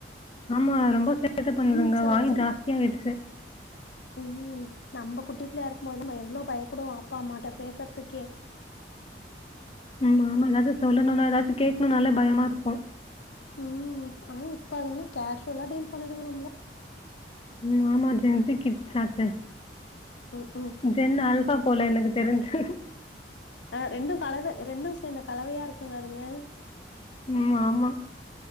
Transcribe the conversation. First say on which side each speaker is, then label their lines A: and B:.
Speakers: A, on the left; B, on the left.
A: ஆமா ரொம்ப சேட்ட பண்ணுதுங்க
B: ம் சொல்லுங்க
A: வாய்
B: சொல்லுங்க
A: ஜாஸ்தியா ஆயிடுச்சு
B: ம் நம்ப குட்டி பிள்ளயா இருக்கும் போதுல நம்ப எவ்ளோ பயப்புடுவோ அப்பா அம்மாட்ட பேசற்துக்கே
A: ம் ஆமா இன்னாது சொல்லணுனா ஏதாச்சு கேக்ணுனாலே பயமா இருக்கு
B: ம் ஆனா இப்ப அதுங்க கேஷுவலா டீல் பண்ணுதுங்க நம்ள
A: ம் ஆமா ஜென்சி கிட்ஸ்சாச்சே
B: ம்ஹ்ம்.
A: ஜென் ஆல்பா போல என்னது தெரிஞ்சு
B: ஆ ரெண்டு கலந்த அ ரெண்டு சேந்த கலவையா இருக்குங்க அதுங்க
A: ம் ஆமா